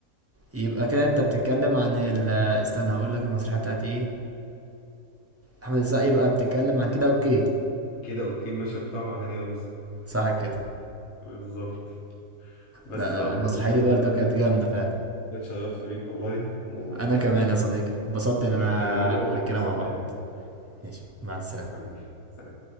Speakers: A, on the right; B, on the left.
A: يبقى كده انت بتتكلم عن ال استنى هقول لك المسرحيه بتاعت ايه احمد السقا يبقى بتتكلم عن كده اوكي
B: كده اوكي المشهد بتاعه مع هاني رمزي
A: صح كده
B: بالظبط بس
A: لا لا
B: آه،
A: والمسرحيه
B: بيتر
A: دي برضه كانت
B: آه،
A: جامده فعلا
B: اتشرفت بيك والله وكانت
A: انا كمان يا صديقي اتبسطت ان
B: محادثة
A: انا
B: جميلة
A: حكينا
B: وبسطت
A: مع بعض
B: يعني
A: ماشي مع السلامة
B: حبيبي سلام